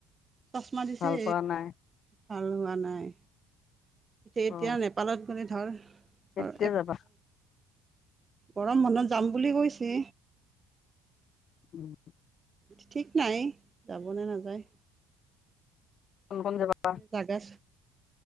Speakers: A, on the right; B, on the left.
A: চচমা দিছে।
B: ভাল পোৱা নাই
A: ভাল হোৱা নাই এতিয়া
B: অ
A: নেপালত গলে ধৰ
B: কেতিয়া
A: আৰু এক
B: যাবা
A: গৰম বন্ধত যাম বুলি কৈছে।
B: উম।
A: ঠিক নাই যাবনে নাযায়।
B: কোন কোন যাবা?
A: জাগা।